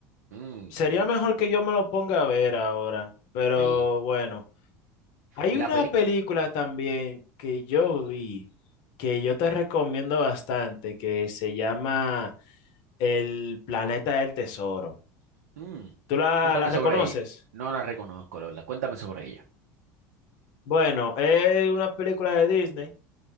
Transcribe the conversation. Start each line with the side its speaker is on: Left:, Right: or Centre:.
Right: Mm,
Left: Sería mejor que yo me lo ponga a ver ahora, pero
Right: sí.
Left: bueno. Hay
Right: La
Left: una
Right: película
Left: película también que yo vi, que yo te recomiendo bastante, que se llama El Planeta del Tesoro.
Right: Mm,
Left: ¿Tú la,
Right: Cuéntame
Left: la reconoces?
Right: sobre ella. No la reconozco, la verdad. Cuéntame sobre ella.
Left: Bueno, es una película de Disney.